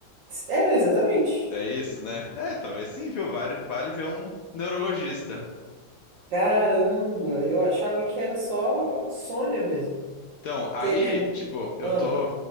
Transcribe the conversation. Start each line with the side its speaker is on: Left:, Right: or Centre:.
Right: É, exatamente.
Left: É isso, né? É, talvez sim, viu? Vale, vale ver um neurologista.
Right: Caramba, eu achava que era só insônia mesmo.
Left: Então, aí,
Right: Que a minha.
Left: tipo, eu
Right: Ah,
Left: tô,